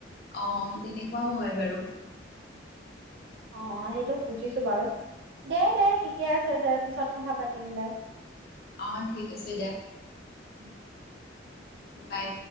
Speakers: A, on the left; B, on the right.
A: অ তেনেকুৱাও হয় বাৰু।
B: অ, অ সেইটো বুজিছো বাৰু দে, দে ঠিকে আছে দে পিছত কথা পাতিম দে।
A: অ ঠিক আছে দেয়।
B: উম।
A: বাই।